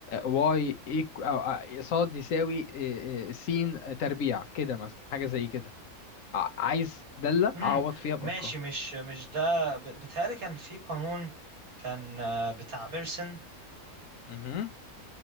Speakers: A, on the left (about 70°); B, on the right (about 85°).
A: واي او صاد يساوي آه، آه، س تربيع كده مثلا حاجه زي كده ع- عايز داله
B: امم
A: اعوض فيها بارقام
B: ماشي مش مش ده ب- بتهيألي كان في قانون كان آه، بتاع ميرسن
A: مهم.